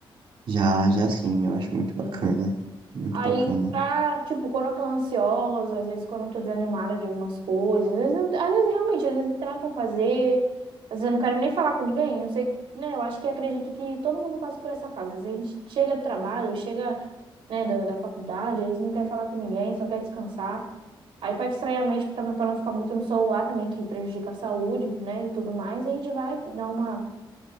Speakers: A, on the right; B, on the right.
A: Já, já sim, eu acho muito bacana.
B: Sim.
A: Muito
B: Aí,
A: bacana.
B: pra, tipo, quando eu tô ansiosa, às vezes quando eu tô desanimada de algumas coisas, às vezes, às vezes realmente, às vezes não tem nada pra fazer, às vezes eu não quero nem falar com ninguém, não sei, né? Eu acho que acredito que todo mundo passa por essa fase. Às vezes a gente chega do trabalho, chega, né, da, da faculdade, às vezes não quer falar com ninguém, só quer descansar. Aí, pra distrair a mente, pra, também- pra não ficar muito no celular também, que prejudica a saúde, né, e tudo mais, a gente vai dar uma